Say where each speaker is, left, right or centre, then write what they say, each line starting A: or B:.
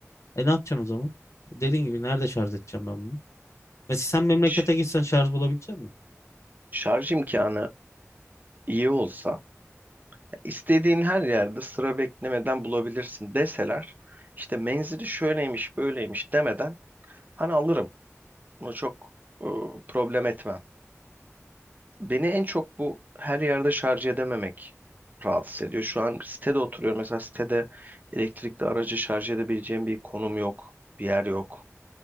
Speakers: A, on the left; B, on the right.
A: E ne yapacaksın o zaman? Dediğin gibi nerede şarj edeceğim ben bunu? Mesela sen memlekete
B: Ş-
A: gitsen şarj bulabilecek misin?
B: Şarj imkanı iyi olsa ya istediğin her yerde sıra beklemeden bulabilirsin deseler işte menzili şöyleymiş böyleymiş demeden hani alırım. Bunu çok e, problem etmem. Beni en çok bu her yerde şarj edememek rahatsız ediyor. Şu an sitede oturuyorum. Mesela sitede elektrikli aracı şarj edebileceğim bir konum yok, bir yer yok.